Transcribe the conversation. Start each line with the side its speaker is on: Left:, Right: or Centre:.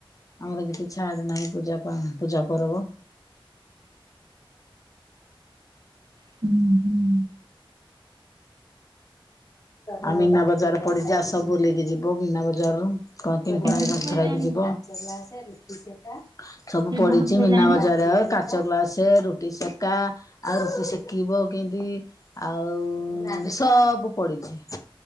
Left: ଆମର କିଛି ଛାଡୁ ନାହିଁ ପୂଜା, ପୂଜା ପର୍ବ
Right: <unintelligible>
Left: ଆ ମୀନା ବଜାର ପଡିଛି ଆସ ବୁଲକି ଯିବ, ମୀନା ବଜାରରୁୁ। <unintelligible>
Right: କେବେଠୁ ପଇଲାଣି
Left: ସବୁ
Right: କେବେଠୁ
Left: ପଡିଛି
Right: ପଇଲାଣି
Left: ମୀନା ବଜାର, କା କାଚ ଗ୍ଲାସେ, ରୁଟି ସେକା ଆଉ ରୁଟି ସେକିବ କେମିତି ଆଉ ସଅବୁ ପଡିଛି।